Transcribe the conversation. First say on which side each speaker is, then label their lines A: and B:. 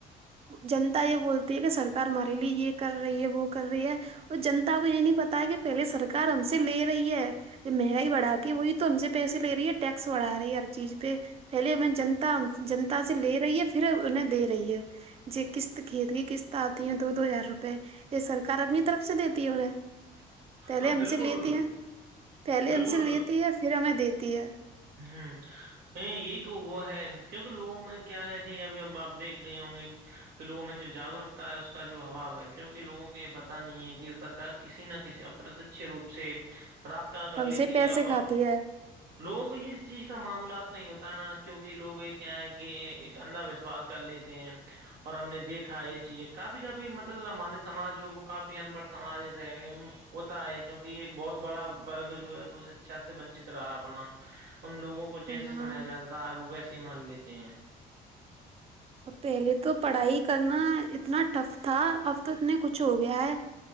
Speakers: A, on the right (about 35°); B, on the right (about 70°).
A: جنتا یہ بولتی ہے کہ سرکار ہمارے لیے یہ کر رہی ہے وہ کر رہی ہے اور جنتا کو یہ نہیں پتا کہ پہلے سرار ہم سے لے رہی ہے مہنگائی بڑھا کے وہی تو ہم سے پیسیے لے رہی ہے ٹیکس بڑھا رہی ہے ہر چیز پہ پہلے ہمیں جنتا جنتا سے لے رہی ہے پھر انہیں دے رہی ہے قستط کرید کی کستط آتی ہے دو دو ہزار روپے یہ سرکار اپنی طرف سے دیتی ہے انہیں پہلے
B: ہاں
A: ہم
B: بالکل
A: سے لیتی ہیں پہلے
B: بالکل
A: ہم سے لیتی ہے پھر ہمیں دیتی ہے
B: ہوں یہی تو وہ ہے کیونکہ لوگوں میں کیا ہے کہ ابھی اب آپ دیکھ رہے ہوں گے کہ لوگوں میں جو جاگروکتا ہے اس کا جو اباؤ ہے کیونکہ لووں کو یہ پتا نہیں ہے کہ سرک کسی نہ کسی اپرتچ روپ سے رابطہ کر
A: ہم
B: لیتی
A: سے پیسے
B: ہے
A: کھاتی
B: اور
A: ہے
B: لوگوں کو کو اس چیز کا معامولات نہیں ہوتا ہے نا کیونکہ لوگ یہ کیا ہے کہ ایک اندھا وشواس کر لیتے ہیں اور ہم نے دیکھا یہ چیز کافی کافی مطلب ہمارے ساج جو وہ کافی انبڑھ سمج رہ گ ہوتا ہے کیوںکہ ایک بہت بڑا ورگ جو ہے ب اچھا سے ونچت رہا ہے اپنا ان لوگوں کو
A: ہاں
B: جیسے سمجھایا جاتا ہے اب ویسے ہی مان لیتے ہیں
A: پہلے تو پڑھائی کرنا اتنا ٹف تھا اب تو اتنے کچھ ہو گیا ہے